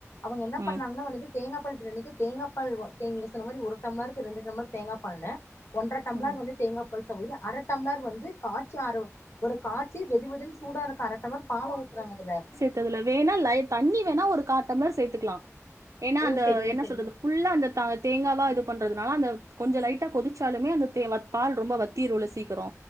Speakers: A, on the left; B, on the right.
A: அவங்க என்ன
B: ம்
A: பண்ணாங்கன்னா வந்துட்டு தேங்கா பால் பிரியாணிக்கு தேங்காப்பால் தேங் நீங்க சொன்ன மாதிரி ஒரு டம்ளருக்கு ரெண்டு டம்ளர் தேங்கா பால்ன்னு ஒன்ர டம்ளர்
B: ம்
A: வந்து தேங்கா பால் சகோதரி அர டம்ளர் வந்து காச்சி ஆரோ ஒரு காச்சி வெது வெதுன்னு சூடா இருக்கு அர டம்ளர் பால ஊத்துறாங்க அதுல
B: இதுல வேணா லை தண்ணி வேணா ஒரு கா டம்ளர் சேத்துக்கலா ஏனா
A: ஓ
B: அந்த
A: செரிங்க
B: என்ன
A: செரிங்க
B: சொல்றது ஃபுல்லா அந்த த தேங்காவா இது பண்றதுனால அந்த கொஞ்ச லைட்டா கொதிச்சாலுமே அந்த தே வத் பால் ரொம்ப வத்திருல சீக்கிரோ